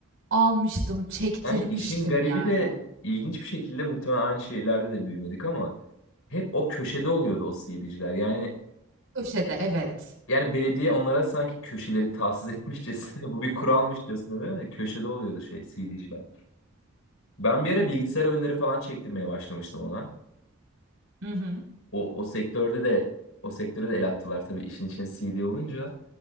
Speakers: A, on the right; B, on the left.
A: almıştım, çektirmiştim
B: Yani işin garibi
A: yani.
B: de ilginç bir şekilde muhtemelen aynı şeylerde de büyümedik ama hep o köşede oluyordu o CD'ciler. Yani
A: Köşede, evet.
B: Yani belediye onlara sanki köşeleri tahsis etmişçesine <laughs> bu bir kuralmışçasına değil mi? Köşede oluyordu şey CD'ciler. Ben bir ara bilgisayar oyunları falan çektirmeye başlamıştım ona.
A: Hı hı.
B: O, o sektörde de o sektöre de el attılar tabii işin içine CD olunca.